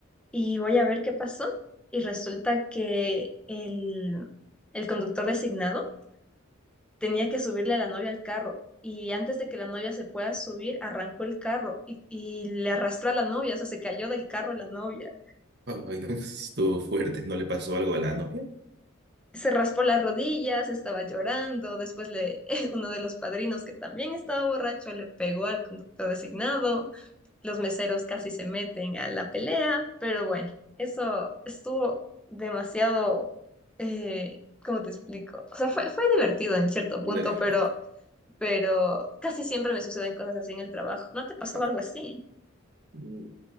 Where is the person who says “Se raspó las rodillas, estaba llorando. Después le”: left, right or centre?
Centre